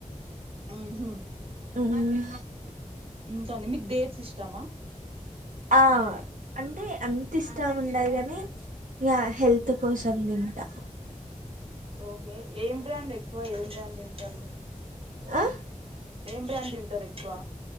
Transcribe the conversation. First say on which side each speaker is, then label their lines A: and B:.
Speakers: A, on the right; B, on the right.
A: మ్ హు
B: మ్
A: ఇకండి మీకు డేట్స్ ఇష్టామా
B: ఆ అంటే అంత ఇష్టం ఉండదు కానీ ఇగ హెల్త్ కోసం తింటా
A: ఓకే ఏం బ్రాండ్ ఎక్కువ ఏం బ్రాండ్ తింటారు
B: ఆ
A: ఏం బ్రాండ్ తింటారు ఎక్కువ